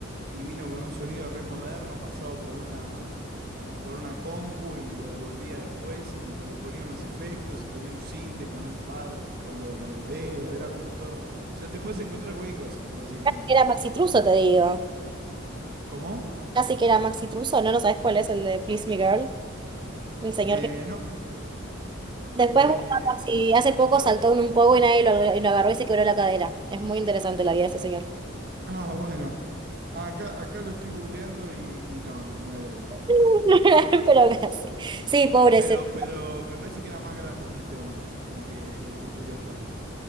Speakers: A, on the right; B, on the right.
A: y vino con un sonido re moderno pasado por una, como por una compu, y me lo devolvía después, y tipo le ponía unos efectos, y tenía un sinte con un pad con, lo- con el dedo, era como todo. O sea, te puedes encontrar cualquier cosa, básicamente.
B: Casi que Era Maxi Truso, te digo.
A: ¿Cómo?
B: Casi que era Maxi Truso, ¿no? ¿No sabes cuál es el de Please Me Girl? El señor
A: Eh,
B: que...
A: no.
B: Después,
A: eh,
B: bueno, si hace poco saltó en un poco y nadie lo, y lo agarró y se quebró la cadera. Es muy interesante la vida de ese señor.
A: ah, bueno. Acá, acá lo estoy googleando y, y no, no, no era él.
B: <laughs> Pero casi. Sí, pobre,
A: Pero,
B: se...
A: pero me parece que era más grande que este hombre, el que, el que te digo yo.